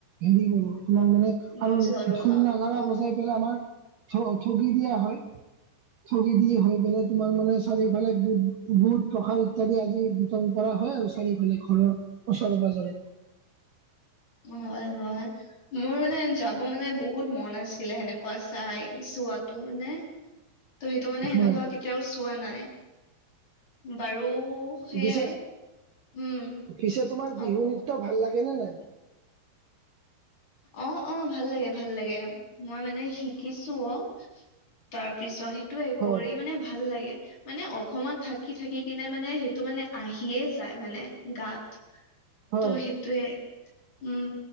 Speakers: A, on the right (about 55°); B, on the left (about 35°).
A: হেৰি কৰো তোমাক মানে
B: উম,
A: আৰু
B: জলোৱা
A: ঢোল নাগাৰা
B: অ',
A: বজাই পেলাই আমাৰ ঠগি দিয়া হয়। ঠগি দি হৈ পেলাই তোমাৰ মানে চাৰিওফালে বুট বুট প্ৰসাদ ইত্যাদি আজি কৰা হয় আৰু চাৰিওফালে ঘৰৰ ওচৰে পাজৰে।
B: হয় হয় মোৰ মানে যাব মানে বহুত মন আছিলে, সেনেকুৱা চাই চোৱাতো মানে ত' সেইটো মানে সেনেকুৱা
A: হয়
B: কেতিয়াও চোৱা নাই বাৰু সেইয়াই,
A: পিছে
B: উম
A: পিছে তোমাৰ
B: অ',
A: বিহু
B: কোৱা
A: নৃত্য ভাল লাগে নে নাই?
B: অ', অ', ভাল লাগে, ভাল লাগে। মই মানে শিকিছোঁ অ'। তাৰ পিছত সেইটোয়ে,
A: হয়
B: কৰি মানে ভাল লাগে। মানে অখমত থাকি-থাকি কিনে মানে সেইটো মানে আহিয়ে যায় মানে, গাত।
A: হয়,
B: ত' সেইটোয়ে, উম।